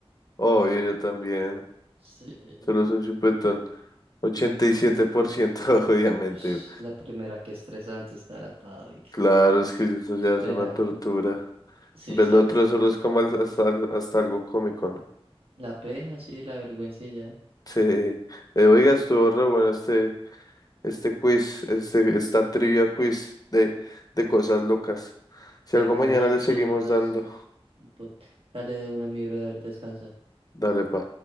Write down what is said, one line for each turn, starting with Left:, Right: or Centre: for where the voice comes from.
Left: Obvio, yo también,
Right: Sí.
Left: solo es un chipetón. ochenta y siete por ciento <laughs> obviamente.
Right: Ush, La primera, que estresante estar atado y que-
Left: Claro, es que eso
Right: esperando.
Left: ya es una tortura.
Right: Sí,
Left: Del
Right: exacto.
Left: otro solo es como al- hasta, hasta algo cómico, ¿no?
Right: La pena, sí, la vergüenza y ya.
Left: Sí. Eh, oiga, estuvo re bueno este, este quiz, este,
Right: Es
Left: esta trivia quiz de, de cosas locas. Si
Right: de
Left: algo
Right: cosas
Left: mañana
Right: absurdas.
Left: le seguimos dando,
Right: Tipo, dale de una, mi brother, descansa.
Left: dale pa.